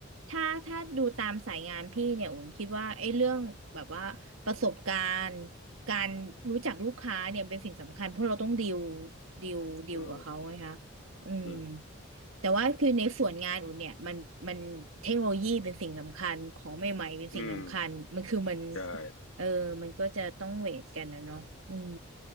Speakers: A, on the right; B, on the left.
A: ถ้าถ้าดูตามสายงานพี่เนี่ยอุ่นคิดว่าไอ้เรื่องแบบว่าประสบการณ์การรู้จักลูกค้าเนี่ยเป็นสิ่งสำคัญเพราะเราต้องดีลดีลดีลกับเขาไงคะ
B: อืม
A: อืม
B: อืม
A: แต่ว่าคือในส่วนงานอุ่นเนี่ยมันมันเทคโนโลยีเป็นสิ่งสำคัญของใหม่ๆเป็นสิ่งสำคัญมันคือมัน
B: อืมใช่
A: เออมันก็จะต้องเวทกันนะเนาะอืม